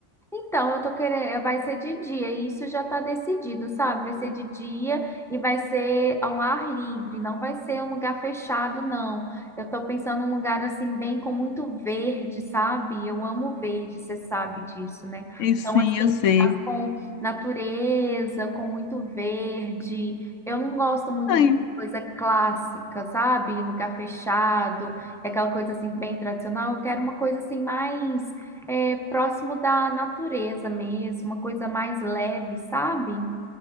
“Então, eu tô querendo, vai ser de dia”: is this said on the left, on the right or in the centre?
Centre